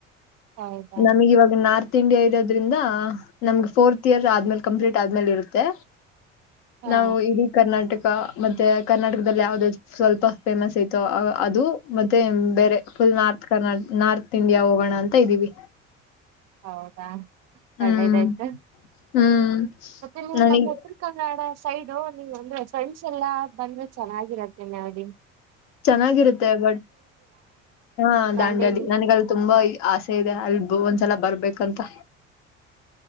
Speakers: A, on the right; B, on the left.
A: ಹೌದಾ
B: ನಮಗ್ ಇವಾಗ ನಾರ್ತ್ ಇಂಡಿಯಾ ಇರೋದ್ರಿಂದ ನಮ್ಗೆ ಫೋರ್ಥ್ ಇಯರ್ ಆದ್ಮೇಲೆ ಕಂಪ್ಲೀಟ್ ಆದ್ಮೇಲೆ ಇರುತ್ತೆ
A: ಹಾ
B: ನಾವು ಇಡೀ ಕರ್ನಾಟಕ ಕ ಮತ್ತೆ ಕರ್ನಾಟಕದಲ್ಲಿ ಯಾವ್ದ ಸ್ವಲ್ಪ ಫೇಮಸ್ ಐತೋ ಅ ಅದು ಮತ್ತೆ ಬೇರೆ ಫುಲ್ ನಾರ್ತ್ ಕರ್ನಾ ನಾರ್ತ್ ಇಂಡಿಯಾ ಹೋಗೋಣ ಅಂತ ಇದ್ದೀವಿ
A: ಹೌದಾ
B: ಹ್ಮ್
A: ಒಳ್ಳೆದಾಯ್ತು
B: ಹ್ಮ್
A: ಮತ್ತೆ ನೀವು
B: ನನಗ್
A: ನಮ್ಮ ಉತ್ತರ ಕನ್ನಡ ಸೈಡು ನೀ್ ಅನ್ಇಂಟಲಿಗಿಬಲ್ ಅಂದ್ರೆ ಫ್ರೆಂಡ್ಸ್ ಎಲ್ಲಾ ಬಂದ್ರೆ ಚೆನ್ನಾಗಿರತ್ತೆನೆ ನಡಿ
B: ಚೆನ್ನಾಗಿರುತ್ತೆ ಬಟ್ ಹಾ
A: ದಾಂಡೇಲಿ
B: ದಾಂಡ್ಯಲಿ ನನಗಲ್ಲಿ ತುಂಬಾ ಇ ಆಸೆ ಇದೆ ಅಲ್ ಒಂದ್ಸಲ ಬರ್ಬೇಕಂತ